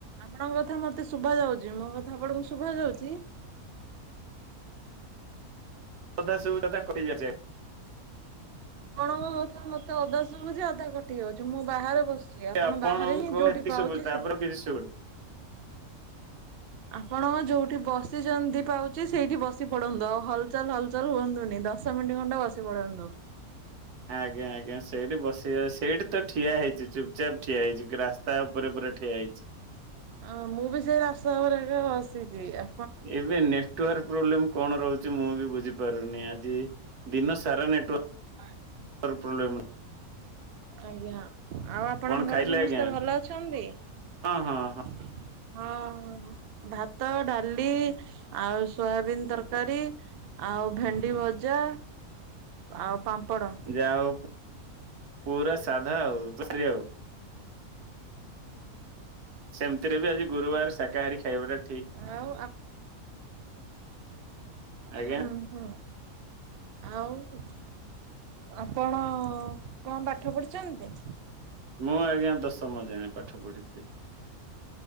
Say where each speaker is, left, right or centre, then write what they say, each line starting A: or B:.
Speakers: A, on the right (about 55°); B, on the right (about 85°).
A: ଆପଣଙ୍କ କଥା ମତେ ଶୁଭା ଯାଉଛି। ମୋ କଥା ଆପଣଙ୍କୁ ଶୁଭା ଯାଉଛି?
B: ସଧା ସୁବିଧା କରି ଯାଏ।
A: କଣଙ୍କ କଥା ମତେ ଅଧା ସୁଭୁଛି ଅଧା କଟିି ଯାଉଛି ମୁଁ ବାହାରେ ବସଛି ସିଏ
B: ଆଜ୍ଞା।
A: ଆପଣ
B: ଆପଣଙ୍କ
A: ବାହାରେ ହିଁ ଯୋଉଠି
B: ଏତିକି
A: ପାଉଛି ସେ
B: <inaudible>
A: ଆପଣ ଯୋଉଠି ବସିଛନ୍ତି ପାଉଛି ସେଇଠି ବସି ପଡନ୍ତୁ ଆଉ ହଲଚାଲ ହଲଚଲ ହୁଅନ୍ତୁନି ଦ ଶ ମିନିଟ ଖଣ୍ଡେ ବସି ପଳନ୍ତୁ।
B: ଆଜ୍ଞା ଆଜ୍ଞା ସେଇଠି ବସେଇାଉ ସେଇଠି ତ ଠିଆ ହେଇଛି ଚୁପଚାପ ଠିଆ ହେଇଛି ରାସ୍ ତା ଉପରେ ପୁରା ଠିଆ ହେଇଚି।
A: ଆଁ ମୁଁ ବି ସେ ରାସ୍ତା ଉପରେ ଏକା ବସିଚି ଆ
B: ଏବେ ନେଟ୍‌ୱାର୍କ ପ୍ରୋବ୍ଲେମ କଣ ରହୁଚି ମୁଁ ବି ବୁଝି ପାରୁନି ଆଜି। ଦିନ ସାରା ନେଟୱର୍କ୍
A: ନାଇଁ।
B: ତାର ପ୍ରୋବ୍ଲେମ୍ ର
A: ଆଜ୍ଞା ଆଉ ଆପଣଙ୍କ
B: କଣ
A: ଘରେ
B: ଖାଇଲେ
A: ସମସ୍ତେ
B: ଆଜ୍ଞା
A: ଭଲ ଅଛନ୍ତି?
B: ହଁ ହଁ ହଁ
A: ହଁ ହଁ ହଁ ଭାତ ଡାଲି ଆଉ ସୋୟାବିିନ ତରକାରୀ ଆଉ ଭେଣ୍ଡି ଭଜା ଆଉ ପାମ୍ପଡ଼।
B: ଯା ହଉ ପୁରା ସାଧା ଆଉ ତୃଶ୍ରୀ ଆଉ। ସେମ୍ ତିରେ ବି ଆଜି ଗୁରୁବାର ଶାକାହାରୀ ଖାଇବାଟା ଠିକ୍‌।
A: ଆଉ
B: ଆଜ୍ଞା
A: ହୁଁ ହୁଁ ଆଉ? ଆପଣ କଁ ପାଠ ପଢିଛନ୍ତି?
B: ମୁଁ ଆଜ୍ଞା ଦଶମ ଯାଏଁପାଠ ପଢିଚି।